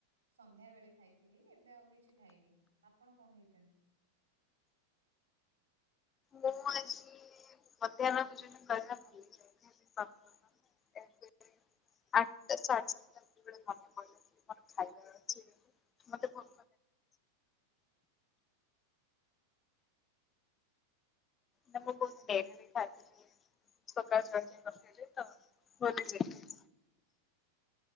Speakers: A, on the right; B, on the left.
A: ସନ୍ଧ୍ୟା ବେଳେ ଖାଇଥିଲି ଏବେ ଆଉ କିଛି ଖାଇନି। ଆପଣ କଣ ଖାଇଛନ୍ତି?
B: ମୁଁ ଆଜି ମଧ୍ୟାହ୍ନ ଭୋଜନ କରିବା ଭୁଲି ଯାଇଥିଲି <unintelligible> ଆଠଟା ଶେ ସାତଟା ମନେ ପଇଲା ମୋର ଖାଇବାର ଅଛି। ମତେ ଫୋ ମୁଁ ବହୁତ ଡେରି ରେ ଖାଇଥିଲି ସକାଳ <unintelligible> ତ ଭୋଲି ଯାଇଥିଲି।